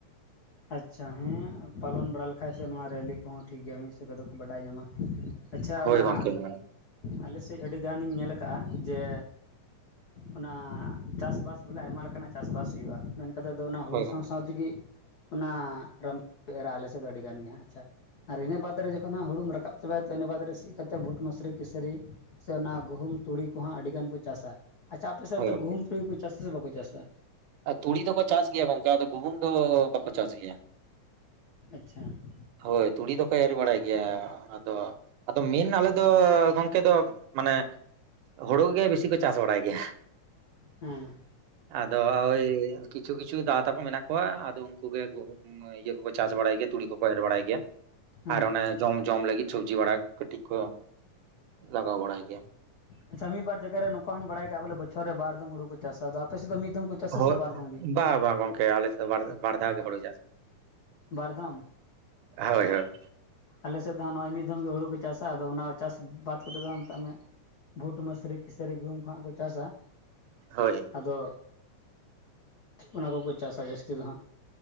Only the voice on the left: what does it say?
ᱦ <inaudible> ᱟᱪᱪᱷᱟ ᱦᱮᱸ ᱯᱟᱞᱚᱱ ᱵᱟᱲᱟ ᱞᱮᱠᱷᱟᱡ ᱥᱮ ᱱᱚᱣᱟ ᱨᱮᱞᱤ ᱠᱚᱦᱚᱸ ᱴᱷᱤᱠ ᱜᱮᱭᱟ ᱢᱤᱫ ᱦᱤᱥᱟᱵ ᱫᱚᱠᱚ ᱵᱟᱰᱟᱭ ᱧᱟᱢᱟ ᱾ ᱟᱪᱪᱷᱟ
ᱚᱱᱟ
ᱟᱞᱮ ᱥᱮᱫ ᱟᱹᱰᱤ ᱜᱟᱱᱤᱧ ᱧᱮᱞ ᱟᱠᱟᱜᱼᱟ ᱡᱮ ᱚᱱᱟ ᱪᱟᱥᱵᱟᱥ ᱵᱚᱞᱮ ᱟᱭᱢᱟ ᱞᱮᱠᱟᱱᱟᱜ ᱪᱟᱥᱼᱵᱟᱥ ᱦᱩᱭᱩᱜᱼᱟ ᱢᱮᱱ ᱠᱟᱛᱮᱫ ᱫᱚ ᱚᱱᱟ ᱦᱳᱲᱳ
ᱛᱮᱜᱮ ᱚᱱᱟ ᱨᱟᱢᱵ ᱮᱨᱟ ᱟᱞᱮ ᱥᱮᱫ ᱫᱚ ᱟᱹᱰᱤ ᱜᱟᱱ ᱜᱮ ᱦᱟᱸᱜ ᱟᱪᱪᱷᱟ ᱾ ᱟᱨ ᱤᱱᱟᱹ ᱵᱟᱫᱽ ᱨᱮ ᱡᱚᱠᱷᱚᱱ ᱦᱳᱲᱳᱢ ᱨᱟᱠᱟᱵ ᱪᱟᱵᱟᱭᱟ ᱛᱚ ᱤᱱᱟᱹ ᱵᱟᱫᱽ ᱨᱮ ᱥᱤ ᱠᱟᱛᱮᱫ ᱵᱩᱴ ᱢᱮᱥᱨᱤ ᱠᱮᱥᱟᱹᱨᱤ, ᱥᱮ ᱚᱱᱟ ᱜᱩᱦᱩᱢ ᱛᱩᱲᱤ ᱠᱚᱦᱚᱸ ᱟᱹᱰᱤᱜᱟᱱ ᱠᱚ ᱪᱟᱥᱟ ᱾ ᱟᱪᱪᱷᱟ ᱟᱯᱮ ᱥᱮᱫ
ᱫᱚ
ᱜᱩᱦᱩᱢ ᱛᱩᱲᱤ ᱠᱚ ᱪᱟᱥᱟ ᱥᱮ ᱵᱟᱠᱚ ᱪᱟᱥᱟ?
ᱟᱪᱪᱷᱟ ᱾
ᱦᱮᱸᱻ
ᱦᱮᱸ
ᱟᱪᱪᱷᱟ ᱢᱤᱫ ᱵᱟᱨ ᱡᱟᱭᱜᱟ ᱨᱮ ᱱᱚᱝᱠᱟ ᱦᱚᱸᱧ ᱵᱟᱲᱟᱭ ᱟᱠᱟᱜᱼᱟ ᱵᱚᱞᱮ ᱵᱚᱪᱷᱚᱨ ᱨᱮ ᱵᱟᱨ ᱫᱷᱟᱣ ᱦᱳᱲᱳ ᱠᱚ ᱪᱟᱥᱟ ᱟᱫᱚ ᱟᱯᱮ ᱥᱮᱫ ᱫᱚ ᱢᱤᱫ ᱪᱟᱥᱟ
ᱥᱮ ᱵᱟᱨ ᱫᱚᱢ ᱜᱮ
ᱵᱟᱨ ᱫᱚᱢ ᱾
ᱟᱞᱮ ᱥᱮᱫ ᱫᱚ ᱦᱟᱸᱜ ᱱᱚᱜᱼᱚᱭ ᱢᱤᱫ ᱫᱚᱢ ᱜᱮ ᱦᱳᱲᱳ ᱠᱚ ᱪᱟᱥᱟ ᱟᱫᱚ ᱚᱱᱟ ᱪᱟᱥ ᱵᱟᱫᱽ ᱠᱟᱛᱮᱫ ᱫᱚ ᱢᱮᱛᱟᱜ ᱢᱮ ᱵᱷᱩᱴ ᱢᱮᱥᱨᱤ ᱠᱮᱥᱟᱹᱨᱤ ᱜᱩᱦᱩᱢ ᱠᱚᱦᱟᱸᱜ ᱠᱚ ᱪᱟᱥᱟ ᱾
ᱟᱫᱚ ᱚᱱᱟ ᱠᱚᱠᱚ ᱪᱟᱥᱟ ᱡᱟᱹᱥᱛᱤ ᱫᱚ ᱦᱟᱸᱜ ᱾